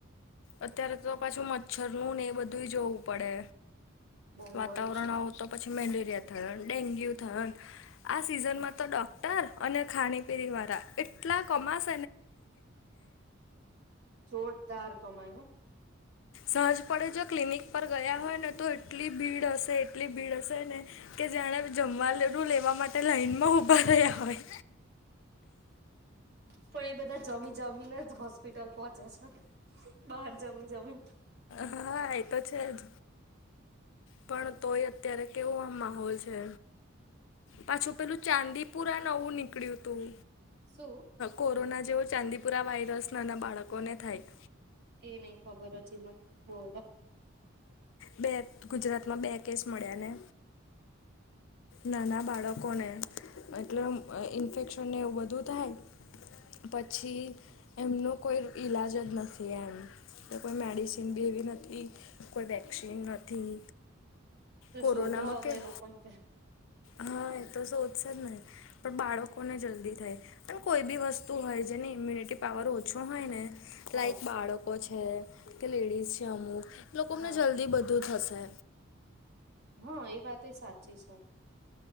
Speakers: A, on the left; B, on the right.
A: અત્યારે તો પાછું મચ્છર નું ને એ બધું જોવું પડે
B: બહુ
A: વાતાવરણ
B: જ
A: આવ તો પછી મેલેરિયા થય ને ડેન્ગ્યુ થય ને આ સિઝનમાં તો ડોક્ટર અને ખાણી પીણી વાળા એટલા કમાસ
B: જોરદાર કમાાય હ
A: હા સહજ પડે જો ક્લિનિક પર ગયા હોય ને તો એટલી ભીડ હશે એટલી ભીડ હશે ને કે જાણે જમવા લડું લેવા માટે, લાઈનમાં ઉભા રહ્યા હોય.
B: પણ એ બધા જમી જમીને જ હોસ્પિટલ પોહોંચ્યા છે, બહાર જમી જમીને.
A: હા, એતો છે જ. પણ તોય અત્યારે કેવો આમ માહોલ છે. પાછું પેલું ચાંદીપુરા નવું નીકળ્યું હતું.
B: શું?
A: કોરોના જેવો ચાંદીપુરા વાયરસનાના બાળકોને થાય.
B: એ નઈ ખબર, હજી મને બોલો.
A: બે ગુજરાતમાં બે કેસ મળ્યાને. નાના બાળકોને એટલે ઈન્ફેક્શન ને એવું બધું થાય. પછી. એમનો કોઈ ઈલાજ જ નથી, એમ કે કોઈ મેડિસિન બી એવી નથી. કોઈ વેક્સિન નથી.
B: તો
A: કોરોનામાં
B: શોધો, હવે
A: કેમ
B: લોકોને.
A: હા, એ તો શોધશે જ નહીં, પણ બાળકોને જલ્દી થાય. પણ કોઈ બી વસ્તુ હોય, જેની ઈમ્યુનિટી પાવર ઓછો હોય ને.
B: હા
A: લાઈક બાળકો છે, કે લેડીઝ છે, અમુક લોકો અને
B: હા
A: જલ્દી બધું થશે‌.
B: હા, એ વાત સાચી છે.